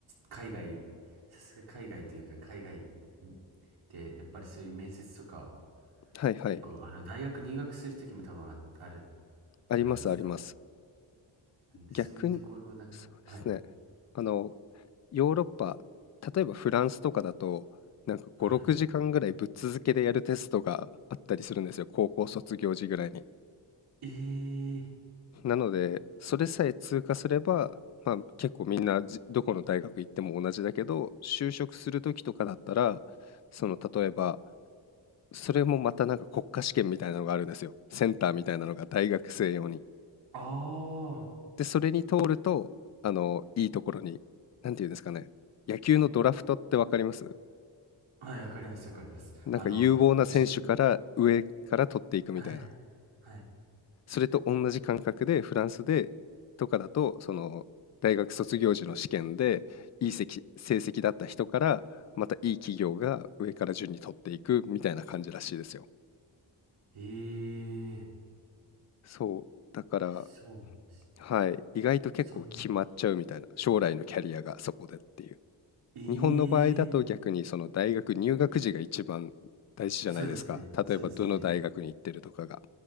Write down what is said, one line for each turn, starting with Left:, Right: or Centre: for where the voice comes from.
Right: 海外、さすが海外というか、海外で、やっぱりそういう面接とか、
Left: はいはい。
Right: 結構、あの、大学入学するときも多分あ、ある
Left: ありますあります。
Right: じゃないですか。なんで、
Left: 逆に、
Right: そういうところ、なんか、
Left: そうですね。
Right: はい、
Left: あの、ヨーロッパ、例えばフランスとかだと、なんか5、
Right: はい。
Left: 6時間ぐらいぶっ続けでやるテストがあったりするんですよ。高校卒業時ぐらいに。
Right: えー
Left: なので、それさえ通過すれば、まあ、結構みんなじどこの大学行っても同じだけど、就職する時とかだったら、その例えば、それもまたなんか国家試験みたいなのがあるんですよ。センターみたいなのが大学生用に。
Right: あ
Left: で、それに通ると、あの、いいところに、なんていうんですかね、野球のドラフトってわかります
Right: あー、はい、わかります、わかります。
Left: なんか有望な選手から上から取っていくみたいな。
Right: あの、じゅん、はい、はい。
Left: それと同じ感覚でフランスでとかだとその大学卒業時の試験でいい成績成績だった人からまたいい企業が上から順に取っていくみたいな感じらしいですよ。
Right: えー
Left: そうだから
Right: そうなんですね。
Left: はい意外と結構決まっちゃうみたいな将来のキャリアがそこでっていう
Right: そんな、え
Left: 日本の場合だと逆にその大学入学時が一番大事じゃないですか例えばどの大学に行ってるとかが
Right: ーそうですね、そうですね。